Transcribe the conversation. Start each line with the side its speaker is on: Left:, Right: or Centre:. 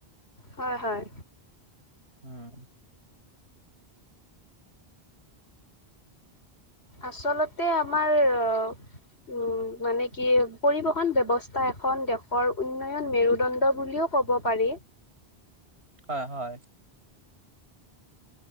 Left: হয় হয়
Right: উম।
Left: আচলতে আমাৰ অহ উম মানে কি, পৰিবহণ ব্যৱস্থা এখন দেশৰ উন্নয়ন মেৰুদণ্ড বুলিয়ো ক'ব পাৰি।
Right: হয় হয়।